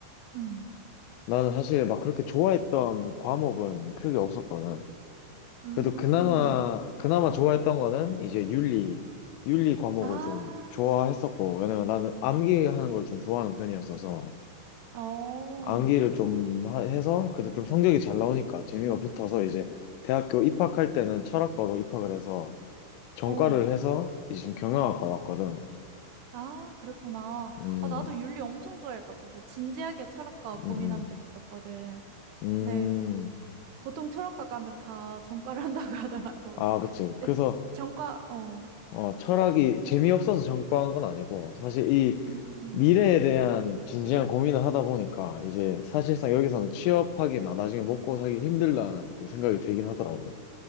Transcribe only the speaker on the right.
음,
음.
아,
어,
어.
아, 그랬구나.
아, 나도 윤리 엄청 좋아해가지고 진지하게 철학과 고민한
적 있었거든.
네. 보통 철학과 가면 다 전과를 한다고 <laughs> 하더라고.
근데
전과, 어,
음,